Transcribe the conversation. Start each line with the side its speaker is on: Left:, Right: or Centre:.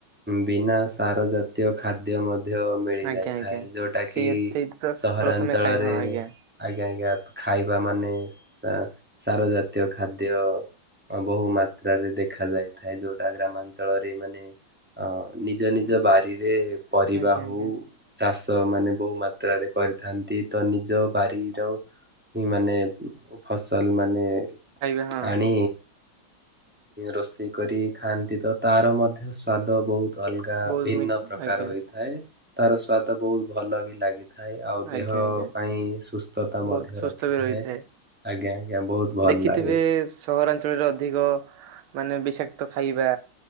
Centre: ବିନା ସାର ଜା ତ୍ୟ ଖାଦ୍ୟ ମ ମଧ୍ୟ ମିଳିଯାଇଥାଏ।
Right: ଆଜ୍ଞା ଆଜ୍ଞା।
Centre: ଯେଉଁଟା
Right: ସେଇ
Centre: କିି
Right: ସେଇଠି ତ
Centre: ସହରାଞ୍ଚଳରେ
Right: ପ୍ରଥମେ ଖାଇ ହଁ ଆଜ୍ଞା
Centre: ଆଜ୍ଞା ଆଜ୍ଞା। ଖାଇବା ମାନେ ସା ସାର ଜାତୀୟ ଖାଦ୍ୟ ବହୁ ମାତ୍ରାରେ ଦେଖା ଯାଇଥାଏ। ଯୋଉଟା ଗ୍ରାମାଞ୍ଚଳରେ ମାନେ ଅ ନିଜ ନିଜ ବାରିରେ ପରିବା
Right: ଆଜ୍ଞା
Centre: ହଉ
Right: ଆଜ୍ଞା
Centre: ଚାଷ ମାନେ ବହୁ ମା ମାତ୍ରାରେ କରିଥାନ୍ତି। ତ ନିଜ ବାରିର ହିଁ, ମାନେ ଫସଲ ମାନେ
Right: ଖାଇବେ ହଁ।
Centre: ଆଣି ରୋଷେଇ କରି ଖାଆନ୍ତି ତ ତାର ମଧ୍ୟ ସ୍ଵାଦ ବହୁତ ଅଲଗା
Right: ବହୁତ
Centre: ଭିନ୍ନ।
Right: ମି
Centre: ପ୍ରକାର
Right: ଆଜ୍ଞା
Centre: ହୋଇଥାଏ। ତାର ସ୍ଵାଦ ବହୁତ ଭଲ ବି ଲାଗିଥାଏ। ଆଉ ଦେହ
Right: ଆଜ୍ଞା ଆଜ୍ଞା
Centre: ପାଇଁ ସୁସ୍ଥତା ମଧ୍ୟ
Right: ବହୁତ ସୁସ୍ଥ
Centre: ରଖିଥାଏ।
Right: ବି ରହିଥାଏ।
Centre: ଆଜ୍ଞା ଆଜ୍ଞା ବହୁତ ଭଲ
Right: ଦେଖିଥିବେ
Centre: ଲାଗେ।
Right: ସହରାଞ୍ଚଳରେ ଅଧିକ ମାନେ ବିଷାକ୍ତ ଖାଇବା